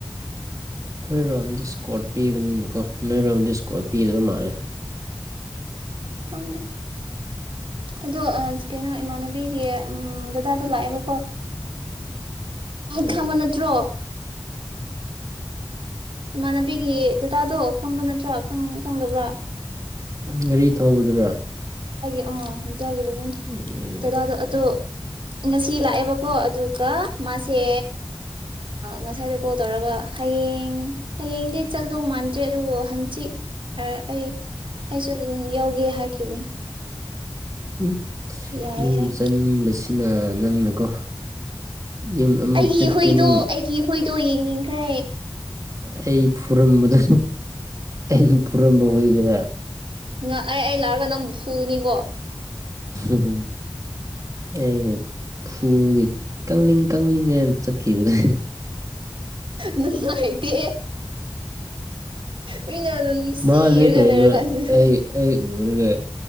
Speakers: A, on the right; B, on the right.
A: ꯑꯩꯈꯣꯏꯔꯣꯝ ꯗꯤꯁꯀꯣꯔꯠ ꯄꯤꯕꯅꯤꯅꯀꯣ ꯅꯣꯏꯔꯣꯝ ꯗꯤꯁꯀꯣꯔꯠ ꯄꯤꯗꯕ ꯃꯥꯜꯂꯦ
B: ꯈꯪꯗꯦ ꯑꯗꯣ ꯀꯩꯅꯣ ꯏꯃꯥꯟꯅꯕꯤꯒꯤ ꯗꯗꯥꯗ ꯂꯥꯛꯑꯦꯕꯀꯣ ꯑꯩ
A: ꯎꯝ
B: ꯈꯃ ꯅꯠꯇ꯭ꯔꯣ <inaudible> ꯏꯃꯅꯅꯕꯒꯤ ꯗꯗꯥꯗꯣ ꯈꯪꯕ ꯅꯠꯇ꯭ꯔꯣ ꯆꯪꯗꯕ꯭ꯔꯥ
A: ꯒꯥꯔꯤ ꯊꯧꯕꯗꯨꯔꯥ
B: ꯑ ꯏꯇꯌꯥꯒꯤ ꯃꯕꯨꯡ
A: ꯎꯝ
B: ꯇꯗꯥꯗꯣ ꯑꯇꯣ ꯉꯁꯤ ꯂꯥꯛꯑꯦꯕꯀꯣ ꯑꯗꯨꯒ ꯃꯥꯁꯦ ꯉꯁꯥꯏꯗꯣ ꯀꯣꯜ ꯇꯧꯔꯒ ꯍꯌꯦꯡ ꯍꯌꯦꯡꯗꯤ ꯆꯪꯗꯧ ꯃꯥꯟꯗ꯭ꯔꯦ ꯑꯗꯨꯕꯨ ꯍꯪꯆꯤꯠ ꯑꯩ ꯑꯩ ꯌꯥꯎꯒꯦ ꯍꯥꯏꯈꯤꯕꯅꯦ
A: ꯎꯝ
B: ꯌꯥꯏ
A: ꯌꯨꯝ
B: ꯍꯥꯏ
A: ꯆꯟꯅꯤꯡꯕꯁꯤ ꯁꯤꯅ ꯅꯪꯅꯀꯣ ꯌꯨꯝ ꯑꯃꯨꯛ
B: ꯑꯩꯒꯤꯍꯣꯏꯗꯣ
A: ꯆꯠꯀꯅꯤ
B: ꯑꯩꯒꯤ ꯍꯍꯣꯏꯗꯣ ꯌꯦꯡꯅꯤꯡ ꯇꯦ
A: ꯑꯩ ꯐꯨꯔꯝꯕꯗꯨ ꯑꯩꯅ ꯐꯨꯔꯝꯕ ꯍꯏꯗꯨꯔꯥ
B: ꯅꯪ ꯑꯩ ꯑꯩ ꯂꯥꯛꯔꯒ ꯅꯪꯕꯨ ꯐꯨꯅꯤꯀꯣ
A: ꯎ ꯑꯩꯅ ꯐꯨꯕꯒꯤ ꯀ ꯀꯡꯅ ꯆꯠꯈꯤꯕꯗ
B: ꯅ ꯃꯥꯥꯏꯇ ꯃꯤꯅ ꯑꯗꯨꯝ ꯅꯨꯡꯁꯤꯔꯒ
A: ꯃꯥꯅꯦ ꯀꯩꯅꯣ
B: ꯂꯩꯔ ꯀꯥꯟꯁꯤꯗ
A: ꯑꯩ ꯑꯩ ꯎꯔꯒ